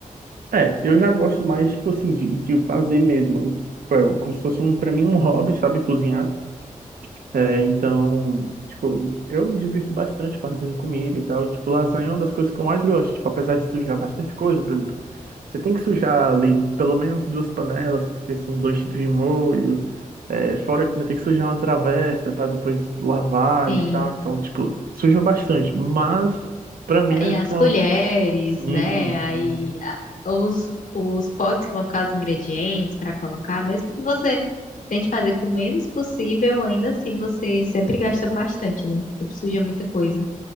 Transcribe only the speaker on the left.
Sim.
Ah,
E as
colheres,
né? Aí
a- os, os potes que vão ficar os ingredientes para colocar, mesmo que você tente fazer com o menos possível, ainda assim você sempre gasta bastante, né? Sempre suja muita coisa.